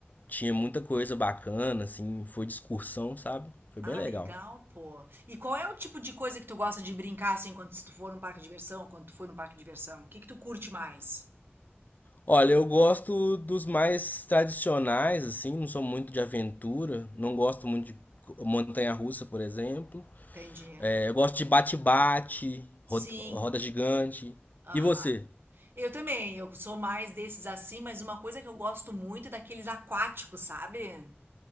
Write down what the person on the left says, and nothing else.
tinha muita coisa bacana, assim, foi de excursão, sabe? Foi
bem legal.
Olha, eu gosto dos mais tradicionais, assim, não sou muito de aventura, não gosto muito de montanha-russa, por exemplo.
É, eu gosto de bate-bate, roda,
roda gigante.
E você?